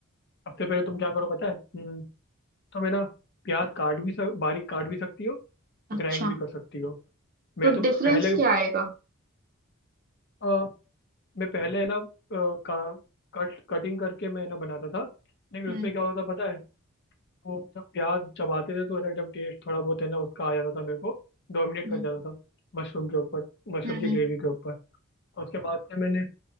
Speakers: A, on the left; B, on the right.
A: सबसे पहले तुम क्या करो पता है हम्म, तुम है ना प्याज काट भी सक, बारीक काट भी सकती हो
B: अच्छा
A: ग्राइंड भी कर सकती हो मैं
B: तो
A: तो
B: डिफरेंस
A: पहले
B: क्या आएगा
A: अ, मैं पहले है ना अ, का कट कटिंग करके मैं ना बनाता था लेकिन
B: हम्म
A: उसमें क्या होता पता है वो जब प्याज चबाते थे तो है ना एकदम टेस्ट थोड़ा बहुत है ना उसका आ जाता था मेरे को डोमिनेट
B: हम्म
A: कर जाता था मशरूम के ऊपर मशरूम
B: हम्म
A: की
B: हम्म
A: ग्रेवी के ऊपर तो उसके बाद से मैंने